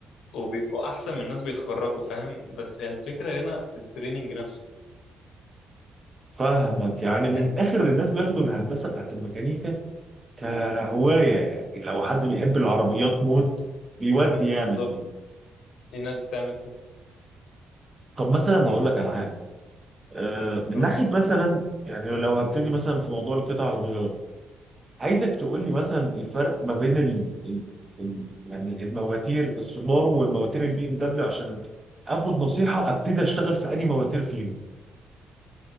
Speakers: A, on the left; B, on the right.
A: وبيبقوا احسن من ناس بيتخرجوا فاهم بس هي الفكره هنا في التريننج نفسه
B: فاهمك يعني من
A: يعني
B: اخر الناس بياخدوا الهندسه بتاعت الميكانيكا كهوايه يعني لو حد بيحب العربيات موت بيودي
A: في ناس
B: يعني
A: بالظبط
B: فيه
A: في ناس بتعمل كده
B: طب مثلا هقول لك على حاجه آه، من
A: نقول
B: ناحيه مثلا يعني لو هبتدي مثلا في موضوع القطع الغيار عايزك تقول لي مثلا الفرق ما بين ال... ال... ال... يعني المواتير السوبارو والمواتير البي ام دبليو عشان اخد نصيحه ابتدي اشتغل في انهي مواتير فيهم